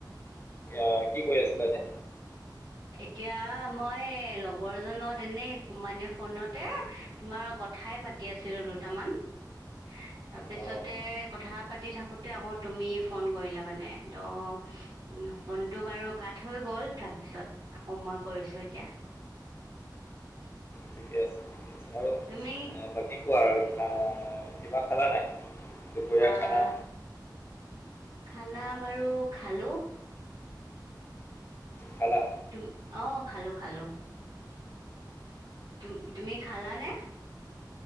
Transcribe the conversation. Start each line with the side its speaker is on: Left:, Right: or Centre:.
Left: অ কি কৈ আছিলা যে
Right: এতিয়া মই লগৰ এজনৰ লগত এনেই মানে ফোনতে তোমাৰ কথ কথাই পাতি আছিলো দুটামান তাৰপিছতে
Left: অঁ
Right: কথা পাতি থাকোতে আকৌ তুমি ফোন কৰিলা মানে ত উম ফোনটো বাৰু কাট হৈ গ'ল তাৰপিছত আকৌ মই কৰিছো এতিয়া
Left: ঠিকে আছে ঠিকে আৰু
Right: তুমি
Left: বাকী কোৱা আৰু ভা কিবা খালা নাই দুপৰীয়া
Right: আহ
Left: খানা
Right: খানা বাৰু খালো
Left: খালা
Right: তুম অ খালো খালো তু তুমি খালানে